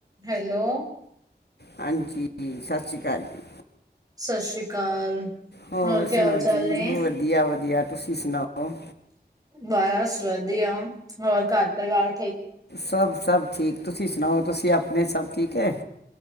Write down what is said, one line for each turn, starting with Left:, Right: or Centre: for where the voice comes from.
Right: Hello
Left: ਹਾਂਜੀ ਸਤਿ ਸ਼੍ਰੀ ਅਕਾਲ ਜੀ
Right: ਸਤਿ ਸ੍ਰੀ ਅਕਾਲ
Left: ਹੋਰ
Right: ਕੀ
Left: ਸੁਣਾਓ
Right: ਹਾਲ ਚਾਲ
Left: ਜੀ
Right: ਨੇ
Left: ਵਧੀਆ ਵਧੀਆ। ਤੁਸੀਂ ਸੁਣਾਓ
Right: ਬਸ ਵਧੀਆ ਹੋਰ ਘਰ ਪਰਿਵਾਰ
Left: ਸਭ ਸਭ ਠੀਕ ਤੁਸੀਂ। ਸੁਣਾਓ ਤੁਸੀਂ ਆਪਣੇ ਸਭ ਠੀਕ ਹੈ।